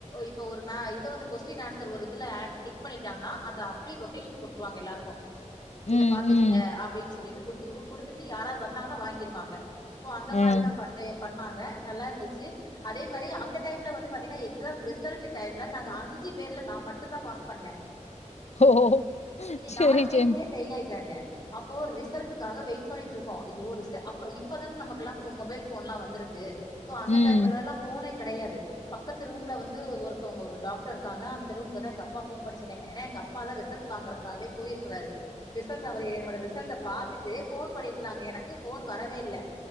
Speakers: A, on the left; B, on the left.
A: இப்ப ஒரு மே இத வந்து கொஸ்டின் ஆன்சர் ஒரு இதுல அ டிக் பண்ணிட்டாங்கன்னா அத அப்டியே ரொட்டேஷன்க்கு குடுத்துருவாங்க எல்லாருக்கு இத
B: ம்,
A: பாத்துக்ங்க
B: ம்,
A: அப்டின்னு சொல்லிட்டு குடுத்துரு குடுத்துட்டு யாராவுது வந்தாங்கன்னா வாங்கிருவாங்க சோ அந்த
B: ம்.
A: மாதிரிதா பண் பண்ணாங்க நல்லா இருந்துச்சு அதே மாரி அந்த டைம்ல வந்து பாத்தீங்கன்னா எக்ஸாம் ரிசல்ட் டைம்ல நாங்க அஞ்சு பேர்ல நா மட்டு தா பாஸ் பண்ண
B: ஓ சேரி
A: நாலு பேருமே
B: சேன்
A: ஃபெயில் ஆயிட்டாங்க அப்போ ரிசல்டக்காக வெயிட் பண்ணிட்டு இருக் கோ அய்யோ ரிசல் இப்பதான நமக்கு எல்லா மொபைல் ஃபோன்ல்லா வந்திருக்கு சோ அந்த
B: ம்,
A: டைம்லெல்லா ஃபோனே கெடையாது பக்கத்து ரூம்ல வந்து ஒருத்தவொங்க ஒரு டாக்டர் இருக்காங்க அந்த ரூமுக்கு தா எங்க அப்பா ஃபோன் பண்ணி சொன்னீங்க ஏனா எங்க அப்பா தா ரிசல்ட் வாங்கிறதுற்காகவே போயிருக்கிறாரு ரிசல்ட்ட அவரே என்னோட ரிசல்ட்ட பாத்துட்டு ஃபோன் பண்ணி ருக்காங்க எனக்கு ஃபோன் வரவே இல்ல